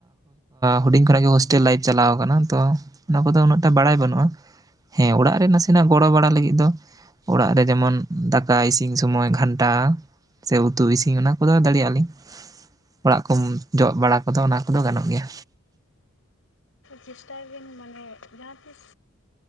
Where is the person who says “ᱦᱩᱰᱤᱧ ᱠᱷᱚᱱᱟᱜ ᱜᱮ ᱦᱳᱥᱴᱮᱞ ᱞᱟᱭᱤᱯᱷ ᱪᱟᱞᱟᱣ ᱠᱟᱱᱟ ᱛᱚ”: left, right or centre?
Right